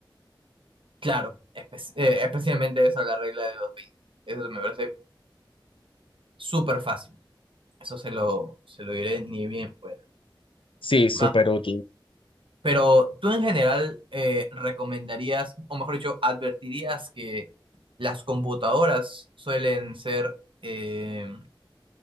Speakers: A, on the right (about 80°); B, on the left (about 85°).
A: Claro, espe- eh, especialmente esa la regla de los veinte Eso me parece súper fácil. Eso se lo, se lo diré ni bien pueda.
B: Sí, súper
A: Ma-
B: útil.
A: Pero tú en general eh, recomendarías, o mejor dicho, advertirías que las computadoras suelen ser eh,